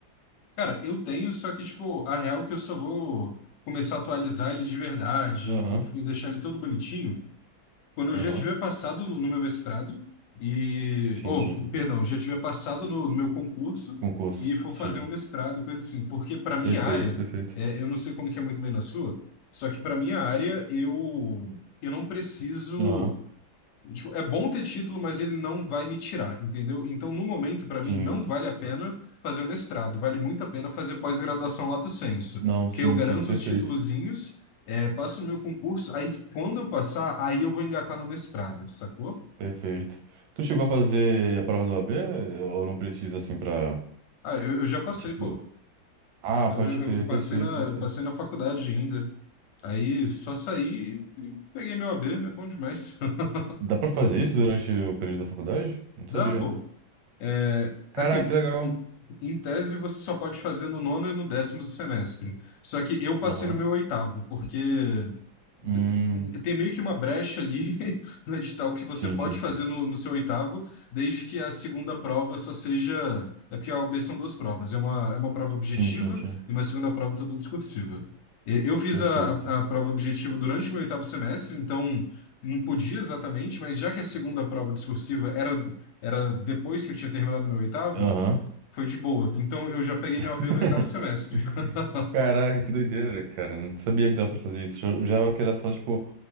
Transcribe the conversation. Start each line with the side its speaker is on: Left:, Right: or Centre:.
Left: Cara, eu tenho, só que, tipo, a real é que eu só vou começar a atualizar ele de verdade
Right: Aham,
Left: e, e deixar ele todo bonitinho quando eu
Right: aham.
Left: já tiver passado no, no meu mestrado e...
Right: Sim,
Left: Oh,
Right: sim.
Left: perdão, já tiver passado no, no meu concurso
Right: Concurso,
Left: e for
Right: sim.
Left: fazer um mestrado, coisa assim. Porque para minha
Right: Perfeito,
Left: área,
Right: perfeito.
Left: é, eu não sei como que é muito bem na sua, só que para minha área eu, eu não preciso...
Right: Aham,
Left: Tipo, é bom ter título, mas ele não vai me tirar, entendeu? Então, no momento, para
Right: sim.
Left: mim, não vale a pena fazer o mestrado. Vale muito a pena fazer pós-graduação lato sensu,
Right: Não, sim,
Left: que eu garanto
Right: sim, perfeito.
Left: os titulozinhos, é, passo o meu concurso, aí quando eu passar, aí eu vou engatar no mestrado, sacou?
Right: Perfeito. Tu chegou a fazer a prova do OAB ou não precisa assim pra.
Left: Ah, eu, eu já passei,
Right: Tipo.
Left: pô.
Right: Ah,
Left: Eu,
Right: pode
Left: eu-
Right: crer,
Left: eu passei
Right: perfeito,
Left: na,
Right: perfeito.
Left: eu passei na faculdade ainda. Aí só saí e e peguei meu AB, é bom demais. <laughs>
Right: Dá pra fazer isso durante o período da faculdade? Não sabia.
Left: Dá, pô. É,
Right: Caraca,
Left: assim,
Right: que legal.
Left: em em tese você só pode fazer no nono e no décimo semestre. Só que eu passei
Right: Aham.
Left: no meu oitavo, porque d-
Right: Hum.
Left: tem meio que uma brecha ali <laughs> no edital que você
Right: Sim,
Left: pode
Right: sim,
Left: fazer
Right: sim.
Left: no, no seu oitavo, desde que a segunda prova só seja. É porque a OAB são duas provas, é uma, é uma prova objetiva
Right: Sim, sim, sim.
Left: e uma segunda prova toda discursiva. E- Eu fiz
Right: Perfeito.
Left: a, a, a prova objetiva durante o meu oitavo semestre, então não podia exatamente, mas já que a segunda prova discursiva era era depois que eu tinha terminado meu oitavo,
Right: Aham.
Left: foi de boa. Então eu já peguei meu
Right: <laughs>
Left: AB no oitavo semestre. <laughs>
Right: Caraca, que doideira, cara. Não sabia que dava pra fazer isso. Eu já que era só, tipo,